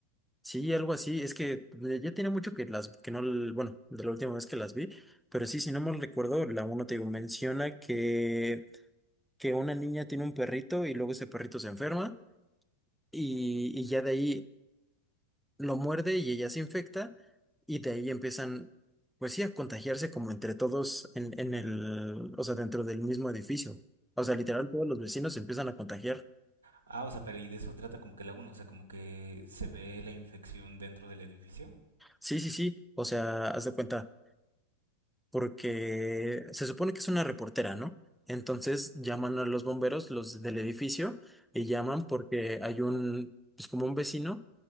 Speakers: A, in the centre; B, on the right.
A: Sí, algo así. Es que eh, ya tiene mucho que las, que no, l- bueno, de la última vez que las vi, pero sí, si no mal recuerdo, la uno te digo, menciona que, que una niña tiene un perrito y luego ese perrito se enferma. y, y ya de ahí lo muerde y ella se infecta y de ahí empiezan, pues sí, a contagiarse como entre todos en, en el, o sea, dentro del mismo edificio. O sea, literal, todos los vecinos se empiezan a contagiar.
B: Ah, o sea, pero y de eso trata como que la uno o sea, como que se ve la infección dentro del edificio.
A: Sí, sí, sí, o sea, haz de cuenta, porque se supone que es una reportera, ¿no? Entonces llaman a los bomberos, los del edificio, y llaman porque hay un, pues como un vecino